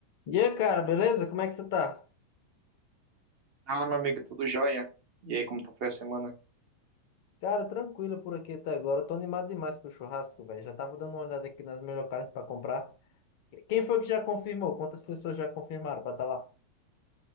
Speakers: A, on the left; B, on the right.
A: E aí, cara, beleza? Como é que você tá?
B: Fala, meu amigo, tudo jóia? E aí, como tá- foi a semana?
A: Cara, tranquilo por aqui até agora. Eu tô animado demais pro churrasco, velho. Já tava dando uma olhada aqui nas melhores carnes pra comprar. Quem foi que já confirmou? Quantas pessoas já confirmaram pra estar tá lá?